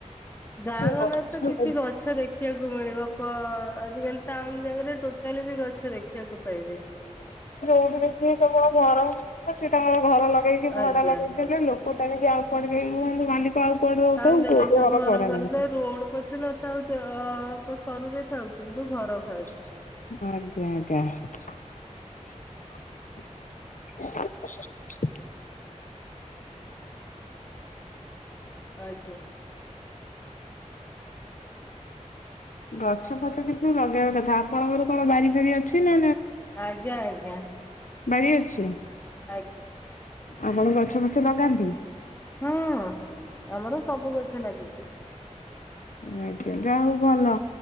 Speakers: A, on the left; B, on the left.
A: ଗାଁ ଗଣ୍ଡରେ
B: ଗଛ
A: ତ କିଛି ଗଛ ଦେଖିବାକୁ ମିଳିବ ଆଜିକାଲି ଟାଉନ ଜାଗାରେ ଟୋଟାଲି ବି ଗଛ ଦେଖିବାକୁ ପାଇବେନି
B: କ ଦେଖିବି ତ ଘର ହ ସି ତାଙ୍କର ଘର ଲଗେଇକି ଭଡା
A: ଆଜ୍ଞା।
B: ଲଗେଇଦେଲେ ଲୋକ ଟାଣିକି ଆଉ ପଡିଯାଇି କୁହ ମାଲିକ ଆଉ କୁଆଡେ ରହୁଥାଉ
A: ତା ଜାଗାରେ ତ ଘର
B: ଭଡା
A: ଘ
B: ଲାଗେ
A: ରୋଡ ପଛ ନଥାଉଛିଳ ସରୁ ରେ ଖଥାାଉ କିନ୍ତୁ ଘର ଖାଉଛି
B: ଆଜ୍ଞା ଆଜ୍ଞା। <unintelligible>
A: ଆଜ୍ଞା
B: ଗଛ ଫଛ କିଛିୁ ଲଗେଇବା କଥା ଆପଣଙ୍କର କଣ ବାରି ଫାରି ଅଛି ନା
A: ଆଜ୍ଞା ଆଜ୍ଞା
B: ବାଡ଼ିି ଅଛି
A: ଆଜ୍ଞା
B: ଆପଣ ଗଛ ଫଛ ଲଗାନ୍ତି
A: ହଁ ଆମର ସବୁ ଗଛ ଲାଗିଛି
B: ଆଜ୍ଞା ଯା ହଉ ଭଲ